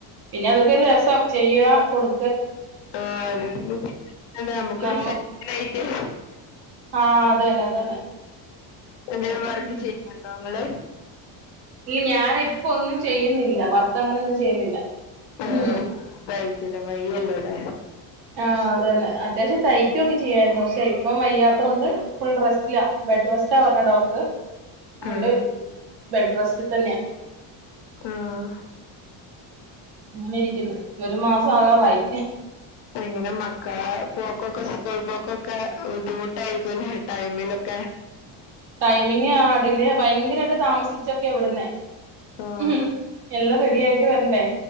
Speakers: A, on the right; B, on the left.
A: പിന്നെ അതൊക്കെ രസം ചെയ്യാ കൊട്
B: ആഹ് <unintelligible> നമുക്കൊരു
A: നമ്മ
B: സായിട്ട് <unintelligible>
A: ആഹ് അത് തന്നെ അതു തന്നെ
B: ങ്ങനെ വർക്ക്
A: ഉം
B: ചെയ്യുന്നുണ്ടോ ങ്ങള്
A: ഈ ഞാന് ഇപ്പ ഒന്നും ചെയ്യുന്നില്ല വർക്കങ്ങനൊന്നും ചെയ്യുന്നില്ല
B: ആഹ്
A: ഉം
B: തായിറ്റ്ലെ വയ്യല്ലോല്ലെ
A: ആഹ് അത് തന്നെ അത്യാവശ്യം തയ്ക്കുവൊക്കെ ചെയ്യായിരുന്നു പക്ഷെ ഇപ്പം വയ്യാത്തോണ്ട് ഫുൾ റെസ്റ്റിലാ ബെഡ് റെസ്റ്റാ പറഞ് ഡോക്ടർ അഹ്കൊണ്ട്
B: ആഹ്
A: ബെഡ് റെസ്റ്റിൽ തന്നെയ
B: ആഹ്
A: അങ്ങനെ ഇരിക്കുന്നു ഒരു മാസം ആകാറായി
B: എങ്ങനെ മക്കളെ പോക്കൊക്കെ സ്കൂൾ പോക്കൊക്കെ ബുദ്ധിമുട്ടായിരിക്കുംല്ലേ ടൈമിലൊക്കെ
A: ടൈമിങ് ആട്ല് ഭയങ്കരായിട്ട് താമസിച്ചൊക്കെ വിടുന്നെ
B: ആഹ്
A: ഉം എല്ലാം റെഡി ആയിട്ട് വരണ്ടേ